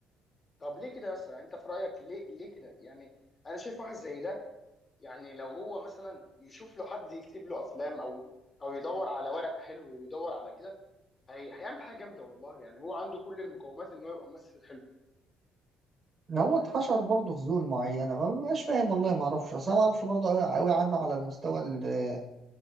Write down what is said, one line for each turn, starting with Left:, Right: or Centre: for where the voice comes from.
Left: طب ليه كده يا اسطى يعني انت في رايك ليه ليه كده يعني انا شايف واحد زي ده يعني لو هو مثلا يشوف له حد يكتب له افلام او او يدور على ورق حلو ويدور على كده هي... هيعمل حاجه جامده والله يعني هو عنده كل المقومات ان هو يبقى ممثل حلو
Right: <laughs> هو اتحشر برضه في زون معينه ما ببقاش فاهم والله ما اعرفش اصل أنا ما اعرفش برضه قوي قوي عنه على المستوى ال-